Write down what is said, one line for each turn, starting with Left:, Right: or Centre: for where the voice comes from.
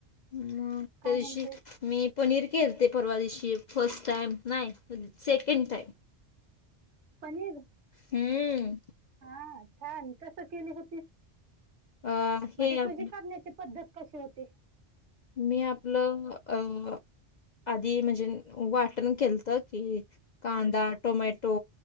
Left: मग
Right: काय
Left: तशी
Right: म्हणतेस
Left: मी पनीर केलतेपरवा दिवशीफर्स्ट टाईम नाही सेकंड टाईम
Right: पनीर
Left: हम्
Right: हा छान कस केली होती
Left: अ
Right: म्हणजे
Left: हे आपलं
Right: तुझी करण्याची पद्धत कशी होती?
Left: मी आपलं अ आधी म्हणजे वाटण केलत की कांदा टोमॅटो